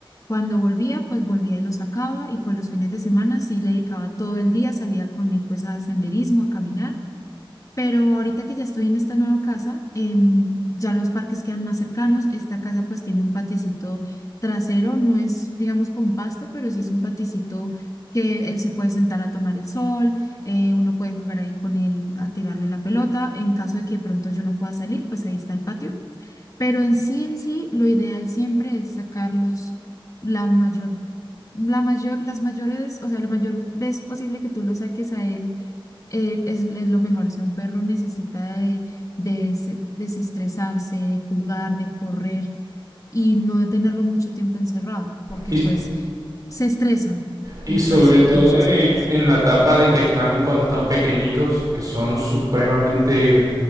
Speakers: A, on the left; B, on the right.
A: Cuando volvía, pues volvía y lo sacaba y pues los fines de semana sí le dedicaba todo el día, salía con él pues a senderismo, a caminar pero ahorita que ya estoy en esta nueva casa, em, ya los parques quedan más cercanos. Esta casa pues tiene un paticito trasero, no es, digamos, con pasto, pero sí es un paticito que él se puede sentar a tomar el sol, eh, uno puede jugar ahí con él a tirarle la pelota. En caso de que de pronto yo no pueda salir, pues ahí está el patio. Pero en sí, en sí, lo ideal siempre es sacarlos la mayor, la mayor, las mayores, o sea, la mayor vez posible que tú lo saques a él eh, es, es lo mejor. O sea, un perro necesita de, de se- desestresarse, de jugar, de correr y no de tenerlo mucho tiempo encerrado, porque
B: Y,
A: pues se estresan
B: y
A: y
B: sobre
A: pues
B: todo
A: muchas
B: eh,
A: cosas.
B: en la etapa de que están cuando están pequeñitos, que son supremamente